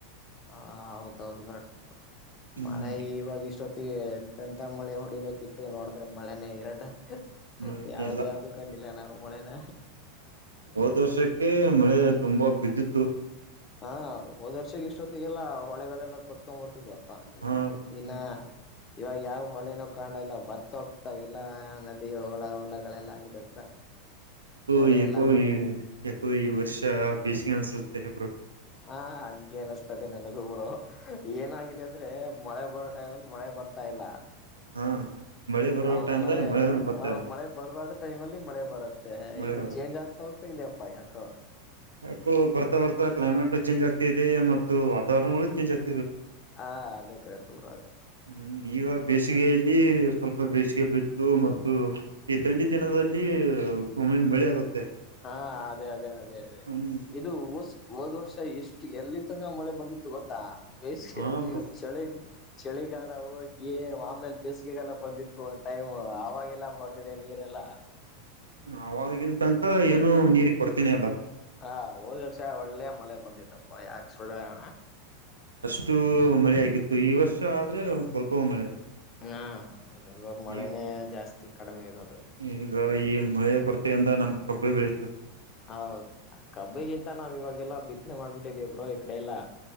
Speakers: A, on the left (about 30°); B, on the right (about 80°).
A: ಹ ಹೌದೌದುರ
B: ಹ್ಮ್
A: ಮಳೆ ಇವಾಗಷ್ಟ ಜೊತೆಗೆ ಎಂತೆಂತ ಮಳೆ ಹೊಡಿಬೇಕಿತ್ತು ನೋಡಿದ್ರೆ ಮಳೆನೇ ಎರಡು
B: ಮಳೆನೇ
A: ಯಾವ್ದ
B: ಇಲ್ಲ
A: ಯಾವ್ದು ಕಂಡಿಲ್ಲ ನಾವು ಮೊಳೆನ
B: ಹೋದ್ ವರ್ಷಕ್ಕೆ ಮಳೆ ತುಂಬಾ ಬಿದ್ದಿತ್ತು
A: ಹಾ ಹೋದ್ ವರ್ಷಕ್ಕೆ ಇಷ್ಟೊತ್ತಿಗೆಲ್ಲ ಹೊಳೆಗಳೆಲ್ಲ ಕೊತ್ಕೊ್ ಬರ್ತವಿ ಇದು ಅಪ್ಪಾ ಈ
B: ಹಾ ಖರ್ಚನ್
A: ದಿನ
B: ಬರ್ತದೆ
A: ಇವಾಗ ಯಾವ್ ಹೊಳಿನೂ ಕಾಣ ಇಲ್ಲ ಬತ್ತ ಹೋಗ್ತಾವಲ್ಲ ನದಿ ಹಲ ಹೊೋಲಗಳೆಲ್ಲಾ ಇದತ್ರ
B: ೋ
A: ಹೊಳೆ
B: ಎಕೋ
A: ಎಲ್ಲ
B: ಈ ಯಕೋ ಈ ವರ್ಷ ಬೇಿಸಿಗೆ ಅನ್ಸುತ್ತೆ ಹೆಬ್ರು
A: ಹಾ ಹಗೆ ಅನಿಸ್ತದೆ ನನಗೊಬ್ರು ಏನಾಗಿದೆ ಅಂದ್ರೆ ಮಳೆ ಬರೋ ಟೈಮಲ್ಲಿ ಮಳೆ ಬರ್ತಾ ಇಲ್ಲ
B: ಹಾ ಮಳೆ ಬರೋ
A: ಹ
B: ಟೈಮ್ಲ್ಲಿ
A: ಮಳೆ
B: ಬರ್ತಾ
A: ಹ
B: ಇಲ್ಲ
A: ಮಳೆ ಬರ್ಬಾದ್ರ ಟೈಮ್ ಅಲ್ಲಿ ಮಳೆ ಬರುತ್ತೆ
B: ಮಳೆ
A: ಇದು
B: ಬರುತ್ತೆ
A: ಚೇಂಜ್ ಆಗ್ತಾ ಹೋಗತೆ ಇದ್ಯಪ್ಪಾ ಯಾಕ
B: ಯಾಕೋ ಬರ್ತಾ ಬರ್ಾ ಕ್ಲೈಮೇಟ್ ಚೇಂಜ್ ಆಗ್ತ ಇದೆ ಮತ್ತು ವಾತಾವರಣಗಳು ಚೇಂಜ್ ಆಗ್ತದೆ
A: ಹಾ ಅದೇ ಕರೆಕ್ಟ್ ಕೂರ ಅದ
B: ಹ್ಮ್ ಈಗ ಬೇಸಿಗೆಯಲ್ಲಿ ಸ್ವಲ್ಪ ಬೇಸಿಗೆ ಬಿತ್ತು ಮತ್ತು ಈ ತಂಡಿ ದಿನದಲ್ಲಿು ಮ ಬೆಳಿ ಆಗುತ್ತೆ
A: ಹಾ ಅದೇ ಅದೇ ಅದೇ ಅದೇ
B: ಹ್ಮ್
A: ಇದು ಒಷ್ಟ ಹದ್ ವರ್ಷ ಇಷ್ಟು ಎಷ್ಟು ಎಲ್ಲಿ ತಂಗ ಮಳೆ ಬಂದಿತ್ತು ಗೊತ್ತಾ ಬೇಸ್ಿಗೆ
B: ಹಾ ಬ್ರೋ
A: ಚಳಿಗ್ ಚಳಿಗಾಲ ಹೋಗಿ ಆಮೇಲೆ ಬೇಸಿಗೆಗಾಲ ಬಂದಿತ್ತು ಒಂದ ಟೈಮ್ ಆಾಗ ಎಲ್ಲ ಮಾಡ್ತಿದ್ದೇ ನೀರೆಲ್ಲ
B: ಅವವಾಗಿಗಂತ ತನಕ ಏನು ನೀರಿಗೆ ಕೊಡ್ತೀನಿ ಅಲ್ಲ ಬಿ
A: ಹಾ ಹೋದ ವರ್ಷ ಒಳ್ಳೆ ಮಳೆ ಬಂದತ್ತಪ್ಪ ಯಾಕ ಸುಳ್ಳಣ
B: ಅಷ್ಟು ಮಳೆ ಆಗಿತ್ತು ಈ ವರ್ಷ ಆದ್ರೆ ಒ ಸ್ವಲ್ಪ ಮಳೆ ಅಲ್ಲ
A: ಹಾವಲ್ ಮಳೆನೇ
B: ಈ
A: ಜಾಸ್ತಿ ಕಡಿಮೆ ಇರದು
B: ಈಗ ಈ ಮಳೆ ಪರ್ತೆಯಿಂದ ನಮ ಕಬ್ಬ ಬೆಳೀತಲ್ಲ
A: ಹೌದದು ಕಬ್ಬಿಗಿಂತ ನಾವ್ ಇವಾಗೆಲ್ಲಾ ಬಿತ್ನೆ ಮಾಡ್ಬಿಟ್ಟಿದೇಬ್ರೋ ಈ ಕಡೆ ಎಲ್ಲಾ